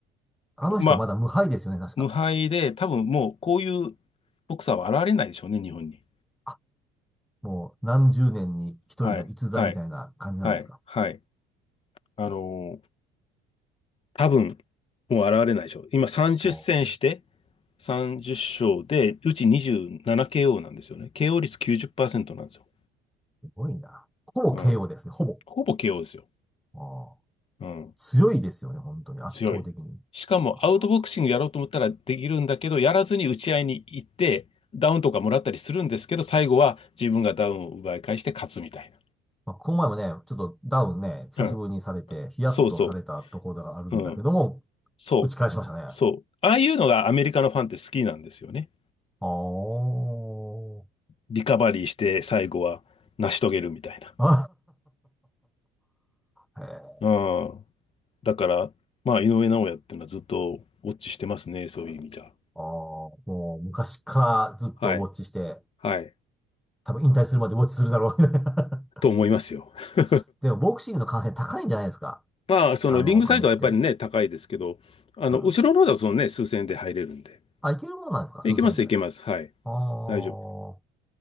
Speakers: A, in the centre; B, on the left.
A: あの人まだ無敗ですよね、
B: まあ、
A: 確か。
B: 無敗で、多分もうこういうボクサーは現れないでしょうね、日本に。
A: あ、もう何十年に一人の逸材みたいな感じなんですか。
B: はい、はい、はい、はい。あの多分、もう現れないでしょう。今30戦して
A: も
B: 30勝で、うち 27KO ななケーオーなんですよね。KO 率90%なんですよ。
A: う、すごいな。ほぼ
B: うん。
A: KO ですね、ほぼ。
B: ほぼ KO ですよ。
A: あー
B: うん。
A: 強いですよね、本当に、圧倒的に。
B: 強い。しかもアウトボクシングやろうと思ったらできるんだけど、
A: あー
B: やらずに打ち合いに行って、ダウンとかもらったりするんですけど、最後は自分がダウンを奪い返して勝つみたい
A: まあ、この前もね、ちょっとダウンね、久しぶりにされて、
B: な。うん。
A: ヒヤッとされたところがあるんだけども、
B: そうそう。うん。そう。
A: 打ち返しましたね。
B: そう。ああいうのがアメリカのファンって好きなんですよね。
A: あー
B: リカバリーして最後は成し遂げるみたいな。
A: あ。<laughs> へえ。
B: ああ、だから、まあ、井上尚弥っていうのはずっとウォッチしてますね、そういう意味じゃ。
A: ああ、もう昔からずっとウォッチして、
B: はい。はい。
A: 多分引退するまでウォッチするだろう、みたいな。
B: と思いますよ。<laughs>
A: <laughs> でもボクシングの観戦高いんじゃないですか。
B: まあ、そのリングサイドはやっぱりね、
A: あの、お金って。
B: 高いですけど、あの、
A: うん。
B: 後ろの方だとそのね、数千円で入れるんで。
A: あ、いけるもんなんですか数千で。
B: いけます、いけます。
A: ああ。
B: はい。
A: 行
B: 大丈夫。